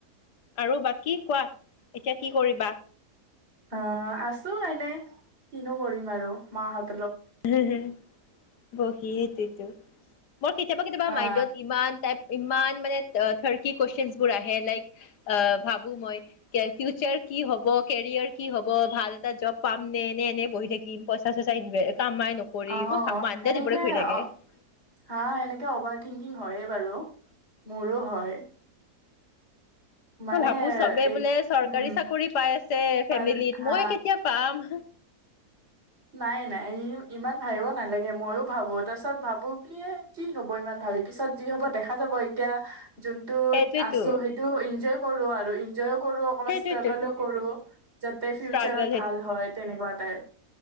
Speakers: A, on the left; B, on the right.
A: আৰু বাকী কোৱা এতিয়া কি কৰিবা?
B: অ', আছো এনে, কিনো কৰিম আৰু মাহত
A: হম, হম বহিয়ে তিতো। মোৰ কেতিয়াবা, কেতিয়াবা
B: হা
A: মাইণ্ডত ইমান টাইপ ইমান মানে থাৰ কি কুৱেশ্যনছবোৰ বোৰ আহে লাইক আহ ভাবো মই ফিউচাৰ কি হ'ব, কেৰিয়াৰ কি হ'ব ব ভাল এটা জব পাম নে, নে এনে বহি থাকিম পইচা-চইচা ইনভে <unintelligible>
B: অহ
A: মোৰ মাইণ্ডত
B: সেনেকে
A: এইবোৰে ঘূৰি থাকে
B: অহ হা সেনেকে অভাৰ থিংকিং হয়েই। বাৰু। মোৰো হয়। মানে
A: মই ভাবো চবে
B: এ
A: বোলে চৰকাৰী
B: উম
A: চাকৰি পাই আছে,
B: পাল
A: ফেমিলিত
B: হা
A: মই কেতিয়া পাম?
B: নাই-নাই ই ইমান ভাবিব নালাগে। ময়ো ভাবো তাৰপিছত ভাবো কি-কি হব ইমান ভাবি। পিছত যি হব দেখা যাব এতিয়া। যোনটোত
A: সেইটোৱেতো
B: আছোঁ সেইটো এনজয়। কৰো আৰু এনজয়। কৰো, অকমান
A: সেইটোৱেতো
B: ষ্ট্ৰাগলো কৰো। টে ফিউচাৰত
A: ষ্ট্ৰাগল
B: ভাল হয় তেনেকুৱা টাইপ।